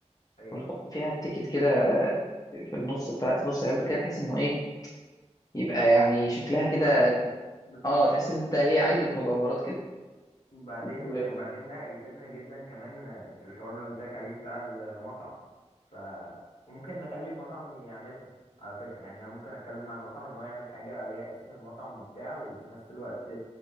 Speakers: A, on the left; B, on the left.
A: ايوه
B: ونحط فيها التيكت كده في النص بتاع في نص العلبه كده بحيث انه ايه يبقى يعني شكلها
A: منظرها
B: كده
A: شيك بالظبط
B: اه تحس ان انت هي علبه مجوهرات كده
A: وبعدين
B: و...
A: وبعدين ده هيفيدنا جدا كمان في الحوار اللي قلت لك عليه بتاع المطعم ف وممكن نخلي المطعم يعملها على فكرة يعني انا ممكن اتكلم مع المطعم ان هو يعمل حاجة عليها اسم المطعم وبتاع وفي نفس الوقت